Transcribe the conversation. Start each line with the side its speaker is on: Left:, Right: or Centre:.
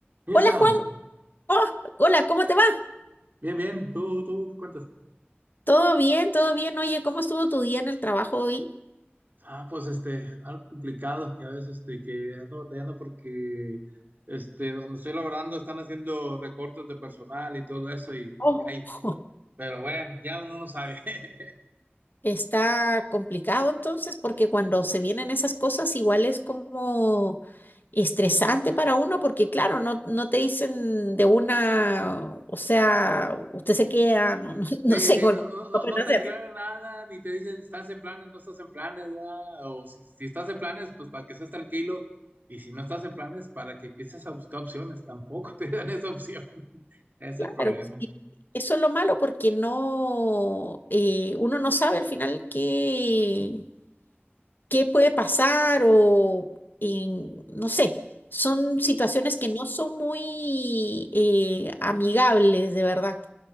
Right: Mirza,
Left: Hola Juan, Oh, hola, ¿cómo te va?
Right: bien, bien, ¿tú, tú qué cuentas?
Left: ¿Todo bien? ¿Todo bien? Oye, ¿cómo estuvo tu día en el trabajo hoy?
Right: Ah, pues este, algo complicado, ya ves, este, que ando batallando porque, este, donde estoy laborando están haciendo recortes de personal y todo eso y,
Left: Oh,
Right: y ahí.
Left: <laughs>
Right: pero bueno, ya uno no sabe. <laughs>
Left: Está complicado entonces porque cuando se vienen esas cosas igual es como estresante para uno porque claro, no, no te dicen de una, o sea, usted se queda, no, no, <laughs>
Right: Sí,
Left: no sé,
Right: sí,
Left: con
Right: no, no, no
Left: lo pueden
Right: no
Left: hacer.
Right: te aclara nada, ni te dicen, si estás en planes, no estás en planes, ¿verdad? O si, si estás en planes, pues para que seas tranquilo, y si no estás en planes, para que empieces a buscar opciones, tampoco <laughs> te dan esa opción, <laughs> ese es
Left: Claro,
Right: el problema.
Left: sí. Eso es lo malo porque no, eh, uno no sabe al final qué, qué puede pasar o en- no sé, son situaciones que no son muy eh, amigables, de verdad.